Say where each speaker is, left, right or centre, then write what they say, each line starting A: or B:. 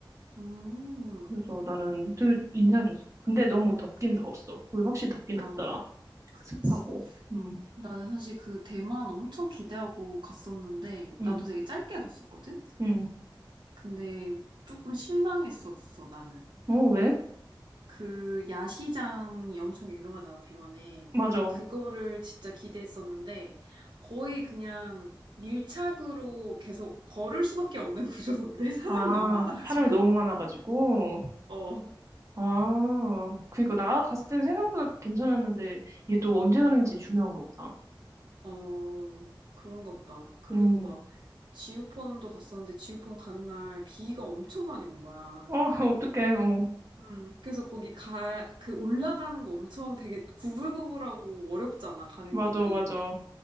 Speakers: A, on the right; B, on the right.
A: 음.
B: 그래서 나는 되게 인상이 좋았어. 근데 너무 덥긴 더웠어. 거기 확실히 덥긴
A: 아,
B: 덥더라.
A: 그치.
B: 습하고. 음,
A: 나는 사실 그 대만 엄청 기대하고 갔었는데,
B: 음,
A: 나도 되게 짧게 갔었거든?
B: 음.
A: 근데 조금 실망했었어, 나는.
B: 어, 왜?
A: 그 야시장이 엄청 유명하잖아, 대만에.
B: 맞아.
A: 그래서 그거를 진짜 기대했었는데 거의 그냥 밀착으로 계속 걸을 수밖에 없는 <laughs> 구조던데 사람이
B: 아,
A: 너무 많아가지고.
B: 사람이 너무 많아가지고.
A: <laughs> 어,
B: 아, 그니까 나 갔을 때는 생각보다 괜찮았는데 이게 또 언제 가는지 중요한 거보다.
A: 어, 그런가 보다. 그리고
B: 음,
A: 막 지우펀도 갔었는데 지우펀 가는 날 비가 엄청 많이 온 거야.
B: 어, <laughs> 어떡해. 어,
A: 음, 그래서 거기 가, 그 올라가는 거 엄청 되게 구불구불하고 어렵잖아, 가는
B: 맞아,
A: 길이.
B: 맞아.